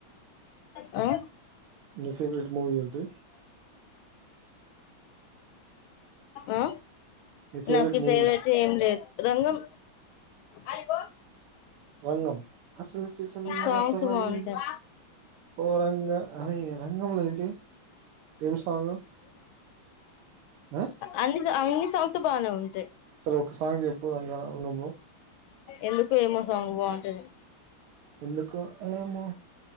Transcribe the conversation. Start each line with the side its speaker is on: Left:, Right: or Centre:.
Left: ఆ
Right: నీ ఫెవరెట్ మూవీ ఏంటి?
Left: ఆ
Right: నీ
Left: నాకు ఈ
Right: మూవీ
Left: ఫేవరెట్ ఏం లేదు. రంగం అయిపో
Right: రంగమ్ హసలుసిసన్నియారసవాలి
Left: సాంగ్స్ బాగుంటాయి
Right: ఓ రంగ అహె రంగంలో ఏంటి ఏం సాంగ్ ఆ
Left: అన్నిస అన్ని సాంగతో బానేఉంది
Right: సరే ఒక సాంగ్ చెప్పుంగ నువ్వు
Left: ఎందుకు ఏమో సాంగ్ బావంటది.
Right: ఎందుకు ఏమో